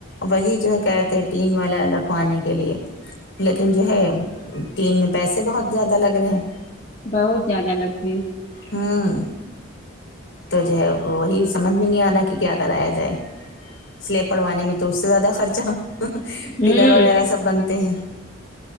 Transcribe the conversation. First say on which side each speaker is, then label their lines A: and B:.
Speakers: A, on the left; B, on the left.
A: وہی جو ہے کہ رہتے ہیں ٹین والا رکھوانے کے لیے لیکن جو ہے تین میں پیسے بہت زیادہ لگ رہے ہیں
B: بہت زیادہ لگتی ہیں
A: ہوں تو جو ہے وہی اس سمجھ میں نہیں آ رہا کہ کیا کرایا جائے سلیب پڑھوانے میں تو اس سے زیادہ خرچہ پلر
B: ہوں
A: وغیرہ سب بنتے ہیں